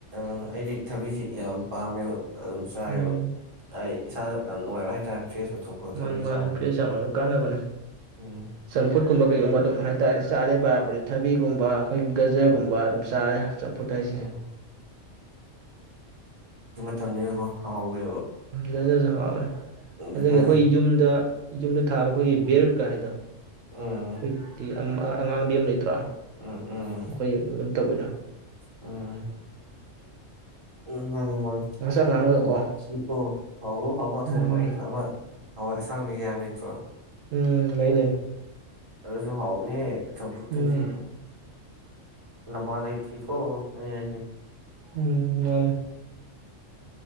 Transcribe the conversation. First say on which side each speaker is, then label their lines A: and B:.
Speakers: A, on the right (about 25°); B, on the right (about 80°).
A: ꯎ ꯑꯩꯗꯤ ꯊꯕꯤꯁꯤ ꯌꯥꯝ ꯄꯥꯝꯃꯦꯕ ꯑꯗꯨꯝ ꯆꯥꯏꯑꯕ
B: ꯎꯝ
A: ꯑꯩ ꯏꯁꯥꯗ ꯌꯥꯝ ꯅꯨꯡꯉꯥꯏꯕ ꯍꯥꯏꯇꯥꯔꯦ ꯐ꯭ꯔꯦꯁ ꯑꯣꯏꯊꯣꯛꯄꯗꯣ
B: ꯃꯥꯅꯤ
A: ꯊꯕꯤ
B: ꯃꯥꯅꯤ
A: ꯆꯥꯕꯅꯤꯅ
B: ꯐꯦ ꯆꯥꯡ ꯑꯣꯏꯕ ꯀꯥꯟꯅꯕꯅꯦ
A: ꯎꯝ
B: ꯆꯝꯐꯨꯠ ꯀꯨꯝꯕ ꯀꯩꯒꯨꯝꯕ ꯑꯗꯨꯝ ꯍꯥꯏꯇꯥꯔꯦ ꯆꯥꯕꯔꯤꯊꯕꯤꯒꯨꯝꯕ ꯑꯩꯈꯣꯏ ꯒꯖꯔꯒꯨꯝꯕ
A: ꯎꯝ
B: ꯑꯗꯨꯝ ꯆꯥꯔꯦ ꯆꯝꯐꯨꯠ ꯍꯥꯏꯁꯦ
A: ꯎꯝ ꯇꯝꯅꯤꯦꯀꯣ ꯍꯥꯎꯋꯦꯕ
B: ꯒꯥꯖꯔꯁꯨ ꯍꯥꯎꯑꯦ
A: ꯑꯗꯨꯅꯤ
B: ꯑꯗꯒꯤ ꯑꯩꯈꯣꯏ ꯌꯨꯝꯗ ꯌꯨꯝꯗ ꯊꯥꯕ ꯑꯩꯈꯣꯏꯒꯤ ꯕꯦꯔꯨꯠꯀ ꯍꯥꯏꯗꯣ
A: ꯎꯝ
B: ꯁꯤꯗꯤ ꯑ <unintelligible> ꯑꯉꯥꯡꯕꯤ ꯑꯃ ꯂꯩ <unintelligible>
A: ꯎꯝ ꯎꯝ
B: ꯭ꯔꯣꯏ <unintelligible> ꯇꯧꯕꯣꯏꯗꯣ
A: ꯎꯝ ꯎꯝ ꯃꯥꯅꯤ ꯃꯥꯅꯤꯀꯣ
B: ꯉꯥꯡꯁꯪ ꯉꯥꯡꯉꯒꯀꯣ
A: ꯍꯥꯎꯕ ꯍꯥꯎ ꯉꯥꯛꯇꯣꯏꯅ
B: ꯎꯝ
A: ꯑꯩꯈꯣꯏ ꯑꯩ ꯑꯃ ꯍꯋꯥꯏ ꯑꯁꯥꯡꯕꯤ ꯀꯌꯥꯝ ꯂꯩꯇꯦ ꯑ <unintelligible>
B: ꯎꯝ ꯂꯩ ꯂꯩ
A: ꯑꯗꯁꯨ ꯍꯥꯎꯕꯅꯦꯍꯦ ꯆꯝꯐꯨꯠꯇꯗꯤ
B: ꯎꯝ
A: ꯂꯝꯕ ꯂꯩꯇ꯭ꯔꯤꯀꯣ ꯑꯩꯅꯥ ꯍꯥꯏꯖꯤꯅꯦ
B: ꯎꯝ ꯃꯥꯅꯦ